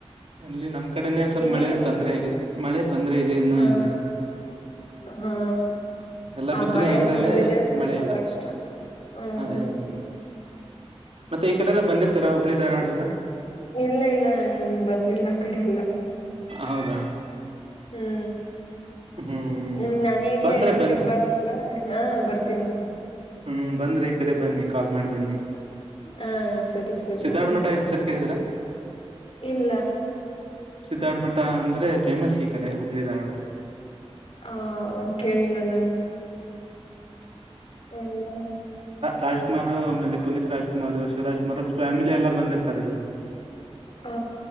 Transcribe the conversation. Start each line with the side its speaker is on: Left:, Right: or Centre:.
Right: ಅಲ್ಲಿ ನಮ್ ಕಡೆನೆ ಸ್ವಲ್ಪ
Left: ನಿಮಗೆ
Right: ಮಳೆ ತೊಂದರೆ ಆಗಿದೆ ಮಳೆ ತೊಂದರೆ ಇದೆ ಇ ಇನ್ನು
Left: ಹಾ
Right: ಇಲ್ಲಿ
Left: ಹಾ
Right: ಎಲ್ಲಾ
Left: ಆ
Right: ಬಿತ್ತನೆ
Left: ಮಳೆ
Right: ಆಗಿದ್ದಾವೆ
Left: ತೊಂದ್ರೆ ಇದ್ರೆ ಸ್ವಲ್ಪ
Right: ಮಳೆ ಇಲ್ಲ
Left: ಕಷ್ಟ ಹ್ಮ್
Right: ಅದೇ ಅದೇ ಹ್ ಮತ್ತೆ ಈ ಕಡೆ ಎಲ್ಲ ಬಂದಿರ್ತಾ ಹುಬ್ಬಳ್ಳಿ ಧಾರವಾಡ ಎಲ್ಲಾ
Left: ಇಲ್ಲಾ ಇಲ್ಲಾ ನಾನ್ ಬಂದಿಲ್ಲಾ ಆ ಕಡೆ ಎಲ್ಲಾ
Right: ಹೌದಾ
Left: ಹುಂ
Right: ಹ್ಮ್
Left: ಹುಂ ನಾನೀಗೆ
Right: ಬಂದ್ರೆ ಬನ್ನಿ
Left: ಚಿಕ್ಕಬಳ್ಳಾಪುರ ಹ ಬರ್ತೀನಿ
Right: ಹ್ಮ್ ಬಂದ್ರೆ ಈ ಕಡೆ ಬನ್ನಿ ಕಾಲ್ ಮಾಡಿ ಬನ್ನಿ
Left: ಹ ಸರಿ ಸರಿ
Right: ಸಿದ್ದಾರ್ ಮಠಾ ಹೆಸರು ಕೇಳಿದರಾ
Left: ಇಲ್ಲಾ
Right: ಸಿದ್ದಾರೋಡ ಮಠಾ ಅಂದ್ರೆ ಫೇಮಸ್ ಈ ಕಡೆ ಹುಬ್ಬಳ್ಳಿ ಧಾರವಾಡ
Left: ಹಾ ಕೇಳಿಲ್ಲಾ ನಾನು ಹ್
Right: ರಾಜ್ ಕುಮಾರ್ ಆಮೇಲೆ Puneeth Rajkumar Shivarajkumar family ಎಲ್ಲಾ ಬಂದಿರುತ್ತಾರೆ ಇಲ್ಲಿ.
Left: ಹ